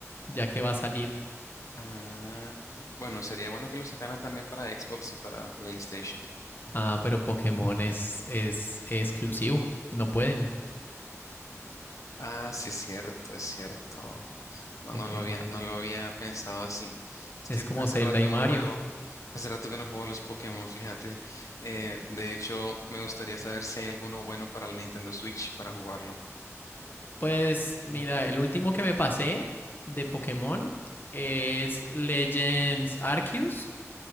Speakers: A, on the left (about 40°); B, on the left (about 85°).
A: Ya que va a salir.
B: Ah, bueno, sería bueno que lo sacaran también para Xbox y para PlayStation.
A: Ah, pero Pokémon es, es, es exclusivo. No pueden.
B: Ah, sí, es cierto, es cierto. No,
A: Pokémon
B: no lo había,
A: es,
B: no lo había pensado así. Es
A: es
B: que
A: como
B: hace
A: Zelda
B: rato
A: y Mario.
B: no juego, hace rato que no juego los Pokémon, fíjate. Eh, de hecho, me gustaría saber si hay alguno bueno para el Nintendo Switch para jugarlo.
A: Pues mira, el último que me pasé de Pokémon es Legends Arceus.